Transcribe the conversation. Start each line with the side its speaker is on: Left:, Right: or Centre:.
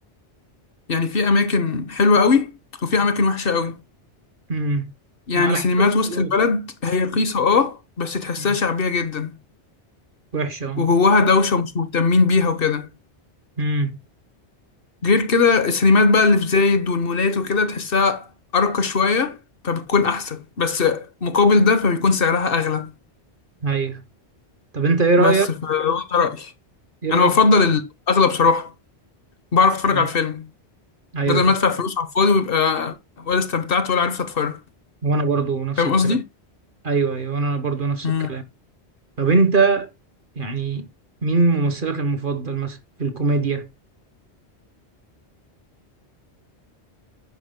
Left: يعني في أماكن حلوة قوي وفي أماكن وحشة قوي
Right: امم
Left: يعني
Right: ما على
Left: سينمات
Right: حسب الفلوس
Left: وسط البلد
Right: يعني
Left: هي رخيصة اه بس تحسها
Right: مم.
Left: شعبية جدا
Right: وحشة اه
Left: وجواها دوشة ومش مهتمين بيها وكده
Right: امم
Left: غير كده السينمات بقى اللي في زايد والمولات وكده تحسها أرقى شوية فبتكون أحسن بس مقابل ده فبيكون سعرها أغلى
Right: ايوه طب انت ايه رأيك
Left: بس فده رأيي
Right: ايه رأيك
Left: أنا بفضل الأغلى بصراحة بعرف أتفرج
Right: مم.
Left: على الفيلم
Right: ايوه
Left: بدل
Right: فعلا
Left: ما أدفع فلوس على الفاضي ويبقى ولا استمتعت ولا عرفت أتفرج
Right: وانا برضو نفس
Left: فاهم
Right: الكلام
Left: قصدي؟
Right: ايوه ايوه انا برضو نفس
Left: مم.
Right: الكلام طب انت يعني مين ممثلك المفضل مثلا في الكوميديا